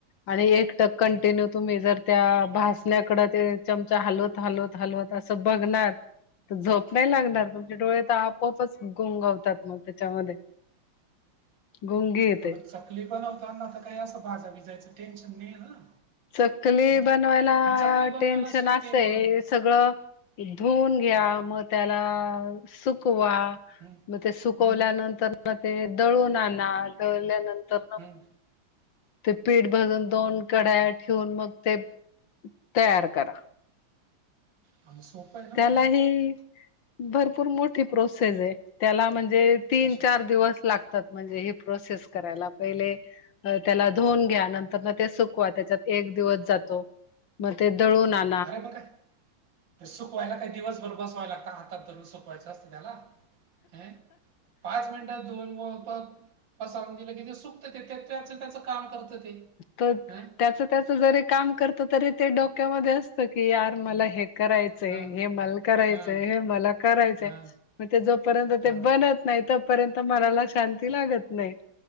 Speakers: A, on the left (about 65°); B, on the right (about 65°).
A: आणि एकटक कंटिन्यू
B: हम्म,
A: तुम्ही जर त्या भासण्याकडे ते चमचा हलवत हालवत हलवत असं बघणार ते झोप नाही लागणार
B: हम्म.
A: तुमचे डोळे तर आपोआपच गुंगवतात मग त्याच्यामध्ये. गोंगी येते.
B: हा, मग चकली पण होवताना आता काही असं भाजा बिजायचं टेन्शन नाही आहे ना.
A: चकली
B: हं?
A: बनवायला
B: मग चकली बनवायला
A: टेन्शन
B: सोपी
A: असाय
B: आहे मग
A: सगळं
B: हं?
A: धुवून घ्या मग त्याला सुकवा
B: हं?
A: म ते सुकवल्यानंतर
B: हं?
A: मग ते दळून आणा दळल्यानंतर
B: हं?
A: ते पीठ भजून दोन कड्या ठेऊन मग ते तयार करा.
B: हा, मग सोपं आहे ना
A: त्याला
B: मग
A: हे भरपूर मोठी प्रोसेस आहे त्याला म्हणजे तीन,
B: कशा
A: चार दिवस लागत तात म्हणजे हे प्रोसेस करायला म्हणजे पहिले धुवून घ्या नंतर न ते सुकवा तेच्यात एक दिवस जातो मग ते दळून आण
B: अरे म काय सुकवायला काही दिवसभर बसवाय लागत हातात धरून सुकवायचं असतं त्याला. हे पाच मिनटात धुवून ब होतात पसारून दिल की <unintelligible> तेच त्याच काम करत ते.
A: तर
B: हं?
A: त्याच त्याच जरी काम करतो तरी ते डोक्यामध्ये असत की यार मला हे कराय हे
B: हं?
A: मला करायचंय
B: हं.
A: हे मला करायचंय
B: हा
A: मग ते जोपर्यंत
B: हा
A: ते बनत नाही तोपर्यंत मनाला शांती लागत नाही